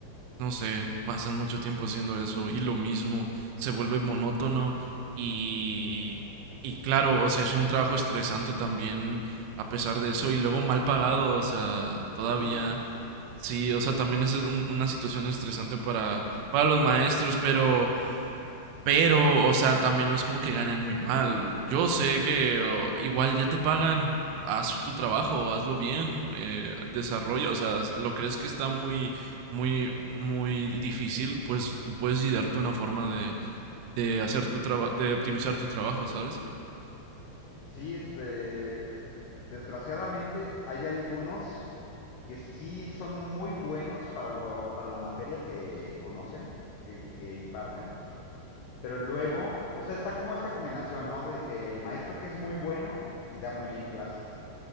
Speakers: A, on the right; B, on the left.
A: no sé, pasan mucho tiempo haciendo eso y lo mismo se vuelve monótono y y claro, o sea, es un trabajo estresante también a pesar de eso y luego mal pagado, o sea, todavía
B: <laughs> Sí.
A: sí, o sea, también esa es un- una situación estresante para para los maestros, pero pero, o sea, también no es como que ganen muy mal. Yo sé que o, igual ya te pagan, haz tu trabajo, hazlo bien, eh, desarrolla, o sea, lo crees que está muy, muy, muy difícil, pues tú puedes idearte una forma de, de hacer tu trabajo, de optimizar tu trabajo, ¿sabes?
B: Sí, este, desgraciadamente hay algunos que sí son muy buenos para lo, para la materia que conocen que, y que imparten, Pero luego, o sea, está como esta combinación, ¿no? De que el maestro que es muy bueno y da muy bien clases.